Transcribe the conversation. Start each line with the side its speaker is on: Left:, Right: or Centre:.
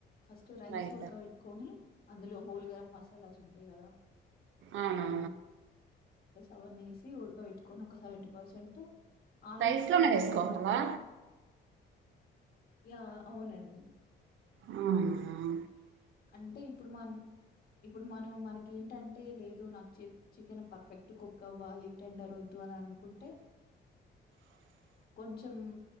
Left: ఫస్ట్ రైస్
Right: రైసా
Left: ఉడకబెట్టుకొని అందులో హోల్ గరం మసాలాస్ ఉంటాయి కదా
Right: అవునా
Left: అవన్నీ ఏసి ఉడకబెట్టుకొని ఒక సెవెంటీ పర్సెంట్ ఆలోపు
Right: రైస్ లోనే
Left: ఏంటన్
Right: వేసుకోవాలా
Left: యా అవునండి
Right: ఆ
Left: అంటే ఇప్పుడు మనం ఇప్పుడు మనం మనకి ఏంటం అంటే లేదు నాకు చికెన్ పర్ఫెక్ట్ కుక్ అవ్వాలి టెండర్ వద్దు అని అనుకుంటే కొంచెం